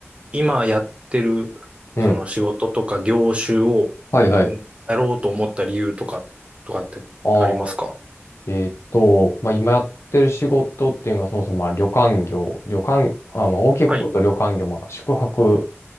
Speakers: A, on the right; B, on the left.
A: 今やってる、
B: うん。
A: その仕事とか業種を、
B: はいはい。
A: うんやろうと思った理由とか、とかってありますか
B: あーえーっと、まあ、今やってる仕事っていうのがそもそもまあ旅館業、旅館、あ、まあ、大きく言うと旅館業、
A: はい、
B: まあ、宿泊、